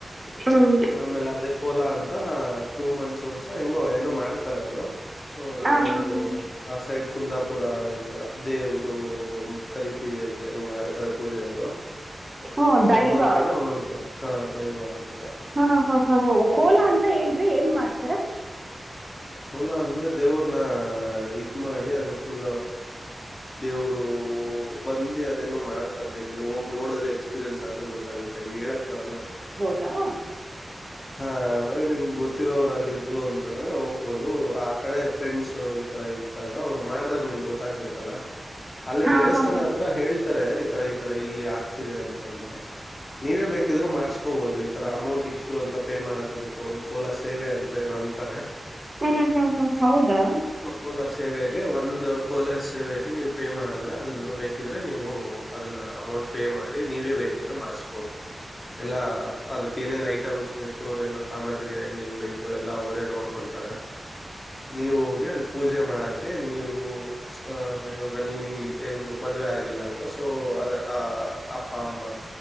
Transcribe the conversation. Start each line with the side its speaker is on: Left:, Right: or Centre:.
Right: ಹೌದು
Left: ಆಮೇಲೆ ಅದೇ ಕೋಲಾ ಅಂತ ಟೂ ಮಂತ್ಸ್ ಒಂದ್ಸ ಹೆಂಗೋ ಏನೋ ಮಾಡ್ತಾರೆ ಅದು ಸೊ
Right: ಹ
Left: ಅವರು
Right: ಹ್ಮ್ ಹ್ಮ್ ಹ್ಮ್
Left: ಆ ಸೈಡ್ ಕುಂದಾಪುರ ಈ ತರ ದೇವರು ಕರಿತೀವಿ ಅಂತ ಏನೋ ಮಾಡ ಪೂಜೆಯ ಅವರು
Right: ಹ್ಮ
Left: ಸೊ
Right: ದೈವ
Left: ಒಂದೊಂದ್ ಕಡೆ ಒಂದೊಂದ್ ತರ ಹಾ ದೈವ ಅಂತ
Right: ಹಾ ಹ ಹ ಹ ಕೋಲಾ ಅಂದ್ರ ಏನ್ರೀ ಏನ್ ಮಾಡ್ತಾರ
Left: ಕೋಲಾ ಅಂದ್ರೆ ದೇವ್ರನ ಇದ್ ಮಾಡಿ ಅದು ಫುಲ್ ದೇವರು ಬಂದು ಅದೇನೋ ಮಾಡ್ತ <unintelligible> ನೀವು ಹೋಗ ನೋಡ್ರ ಎಕ್ಸ್ಪೀರಿಯನ್ಸ್ ಆದ್ರೆ ಗೊತ್ತಾಗುತ್ತೆ ಹಂಗಗೆ ಹೇಳಕ್ ಬರಲ್ಲ
Right: <inaudible> ಹೌದಾ ಹೌದಾ
Left: ಹಾ ಅಂದ್ರೆ ನಿಮ್ ಗೊತ್ತಿರೋರು ಅಲ್ಲಿ ಇದ್ರು ಅಂತಂದ್ರೆ ಹೋಗ್ಬೋದು ಕಡೆ ಫ್ರೆಂಡ್ಸ್ ಈ ತರ ಇದ್ದಾಗ ಅವ್ರು ಮಾಡ್ದಾಗ ನಿಮ್ಗೆ ಗೊತ್ತಾಗ್ಬೇಕಲ್ಲ ಅಲ್ಲೇ
Right: ಹಾ
Left: ದೇವಸ್ಥಾನ
Right: ಹಾ ಹಾ ಹ್ಮ್
Left: ಹತ್ರ ಹೇಳ್ತಾರೆ ಈ ತರ ಈ ತರ ಇಲ್ಲಿ ಆಗ್ತಿದೆ ಅಂತಂದು ನೀವೇ ಬೇಕಿದ್ರು ಮಾಡ್ಸ್ಕೋಬಹುದು ಈ ತರ ಅಮೌಂಟ್ ಇಷ್ಟು ಅಂತ ಪೇ ಮಾಡೋದಿ ಇರುತ್ತ ಒಂದು ಕೋಲ ಸೇವೆ ಅಂತ ಏನು ಅಂತಾರೆ
Right: ಹಾ ಹಾ ಹಾ ಹೌದಾ
Left: ಸಕಲ ಸೇವೆ ಒಂದು ಕೋಲ ಸೇವೆಗೆ ನೀವು ಪೇ ಮಾಡಿದ್ರೆ ಅದನ್ನು ಬೇಕಿದ್ರೆ ನೀವು ಅದನ್ನ ಅಮೌಂಟ್ ಪೇ ಮಾಡಿ ನೀವೇ ಬೇಕಿದ್ರೆ ಮಾಡ್ಸಬೋದು ಎಲ್ಲಾ, ಅದಕ್ ಏನೇನ್ ಐಟಮ್ಸ್ ಬೇಕು. ಏನು ಸಾಮಗ್ರಿ ಏನೇನ್ ಬೇಕು ಎಲ್ಲ ಅವರೇ, ನೋಡ್ಕೊಂತಾರೆ.
Right: ಹೂ
Left: ನೀವು ಹೊಗೆರ ಪುಜೆ ಮಾಡಕ್ಕೆ ನೀವು. ಆಹ, ಇವಾಗ ನಿಮ್ಗೆ ಹೆಂಗು ಮದ್ವೆ ಆಗಿಲ್ಲ, ಅಲ್ವ ಸೊ! ಅದ ಆ ಅಪ್ಪ ಅಮ್ಮ.